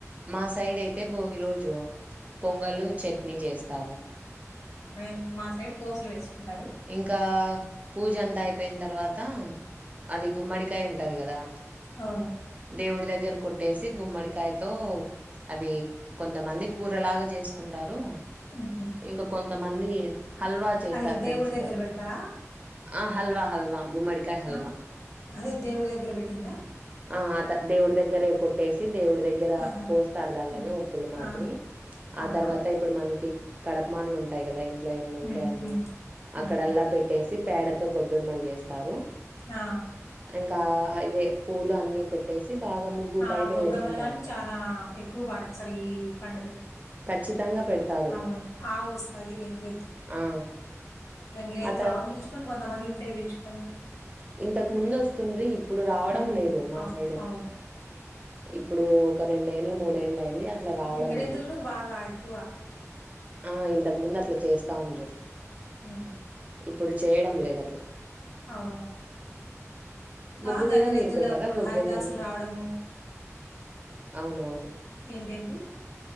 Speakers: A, on the right (about 25°); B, on the left (about 70°).
A: మా సైడ్ అయితే భోగి రోజు పొంగలు చట్నీ చేస్తారు
B: మేము మా సైడ్ దోసలు వేసుకుంటారు
A: ఇంకా పూజ అంతా అయిపోయిన తర్వాత అది గుమ్మడికాయ ఉంటది కదా
B: అవును
A: దేవుడి దగ్గర కొట్టేసి గుమ్మడికాయతో అది కొంతమంది కూరలాగా చేసుకుంటారు
B: హుహు.
A: ఇంకా కొంతమంది హల్వా చేస్తారు
B: అది దేవుడి
A: తెలుస
B: దగ్గర పెడతారా
A: ఆ హల్వా హల్వా గుమ్మడికాయ హల్వా
B: ఆ! అదే దేవుడి దగ్గర పెట్టిందా
A: ఆ అత దేవుడి దగ్గరే కొట్టేసి దేవుడి దగ్గర
B: ఆహా!
A: కోస్తారు దానిలోని
B: హ్మ్.
A: ఉప్పులు మాదిరి
B: ఆ! అవునా?
A: ఆ తర్వాత ఇప్పుడు మనకి కడపమాన్లు ఉంటాయి కదా ఇంట్లో ఎన్ని ఉంటాయి
B: హ్మ్.
A: అన్ని
B: హ్మ్. హ్మ్.
A: అక్కడల్లా పెట్టి చేసి పేడతో గొబ్బెమ్మలు చేస్తారు
B: ఆ
A: ఇంకా అవే పూలు అన్ని పెట్టేసి బాగా ముగ్గు
B: ఆ
A: బయటే
B: గొబ్బెమ్మలు
A: వేసింటాం
B: గాని
A: కదా
B: చనా ఎక్కువ పాటిస్తారు ఈ పండుగ
A: ఖచ్చితంగా పెడతారు
B: అవును ఆవు వస్తుంది గంగిరెద్దు
A: ఆ
B: వెంగే
A: అత
B: దావుని పిలుచుకొని కొంతమంది ఇంట్లో పిలుచుకొని
A: ఇంతకు ముందు వస్తుండ్రి ఇప్పుడు రావడం
B: హ్మ్.
A: లేదు మా
B: అవును.
A: సైడ్
B: అవును.
A: ఇప్పుడు ఒక రెండేండ్లు మూడేండ్లు అయి య్యింది అట్ల రావడం
B: గంగిరెద్దులను
A: లేదు
B: బాగా ఎక్కువ.
A: ఆ ఇంతకు ముందు అట్లా చేస్తా ఉండ్రి
B: ఉమ్
A: ఇప్పుడు చేయడం లేదు అట్లా
B: అవును
A: ముగ్గు
B: ఆ
A: మీద
B: గంగిరెద్దులప్పుడు
A: మీరు పెట్టారా గొబ్బెమ్మలు
B: హరిదాసులు రావడము
A: అవునవును
B: ఏంటేంటి?